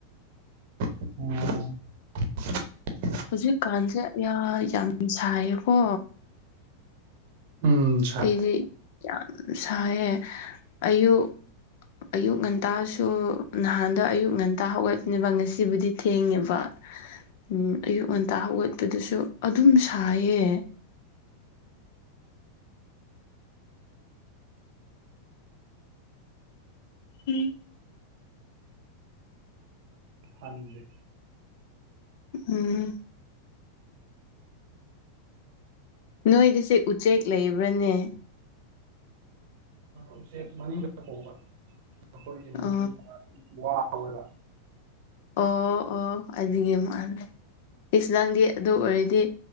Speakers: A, on the right (about 50°); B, on the left (about 50°).
A: ꯎꯝ
B: ꯍꯧꯖꯤꯛꯀꯥꯟꯁꯦ ꯌꯥꯝ ꯁꯥꯏꯌꯦꯀꯣ
A: ꯎꯝ ꯁ
B: ꯑꯩꯗꯤ ꯌꯥꯝ ꯁꯥꯏꯌꯦꯦ ꯑꯌꯨꯛ ꯑꯌꯨꯛ ꯉꯟꯇꯥꯁꯨ ꯅꯍꯥꯟꯗ ꯑꯌꯨꯛ ꯉꯟꯇꯥ ꯍꯧꯒꯠꯄꯤꯕ ꯉꯁꯤꯕꯨꯗꯤ ꯊꯦꯡꯉꯦꯕ ꯎꯝ ꯑꯌꯨꯛ ꯉꯟꯇꯥ ꯍꯧꯒꯠꯄꯗꯨꯁꯨ ꯑꯗꯨꯝ ꯁꯥꯏꯌꯦ ꯎꯝ
A: ꯍꯟꯗ
B: ꯎꯝ ꯅꯣꯏꯗ ꯆꯦ ꯎꯆꯦꯛ ꯂꯩꯕ꯭ꯔꯅꯦ
A: ꯎꯆꯦꯛ ꯃꯅꯤꯡꯗ ꯍꯣꯡꯕ ꯃꯈꯣꯏꯒꯤ ꯃꯅꯤꯡ
B: ꯑ
A: ꯇꯋꯣꯏꯗ
B: ꯑꯣ ꯑꯣ ꯑꯖꯤꯤꯡ ꯃꯥꯜꯂ ꯑ ꯅꯪꯗꯤ ꯑꯗꯨ ꯑꯣꯏꯔꯗꯤ